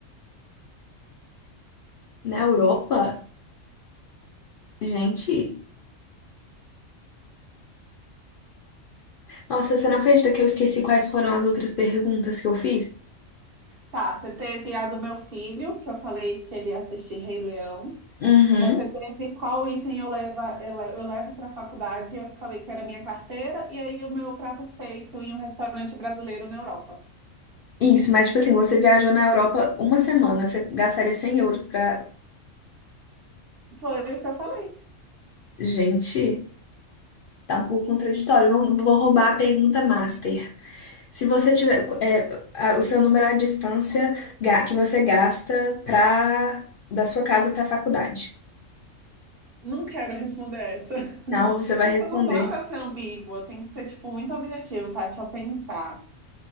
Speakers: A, on the left; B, on the right.
A: na Europa? Gente. Nossa, você não acredita que eu esqueci quais foram as outras perguntas que eu fiz?
B: Tá, você teve a do meu filho, que eu falei que ele ia assistir Rei Leão.
A: Uhum.
B: Você teve qual item eu levo, eu le- eu levo para a faculdade? Eu falei que era minha carteira e aí o meu prato feito em um restaurante brasileiro na Europa.
A: Isso, mas tipo assim, você viajou na Europa uma semana, você gastaria 100 euros pra.
B: Foi o que eu falei.
A: Gente, tá um pouco contraditório. Vou, vou roubar a pergunta master. Se você tiver. é, a- o seu número é a distância ga- que você gasta pra, da sua casa até a faculdade.
B: Não quero responder essa.
A: Não,
B: <laughs>
A: você vai
B: Essa
A: responder.
B: não dá para ser ambígua, tem que ser tipo muito objetivo, tá? Deixa eu pensar.